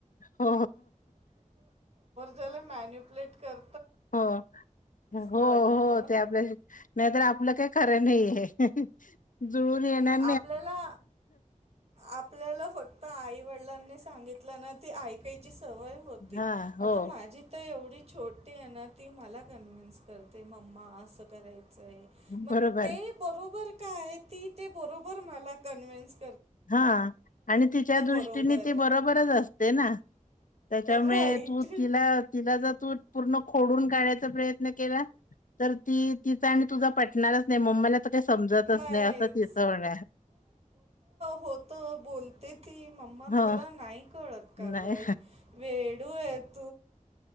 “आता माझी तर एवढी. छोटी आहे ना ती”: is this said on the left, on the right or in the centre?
Right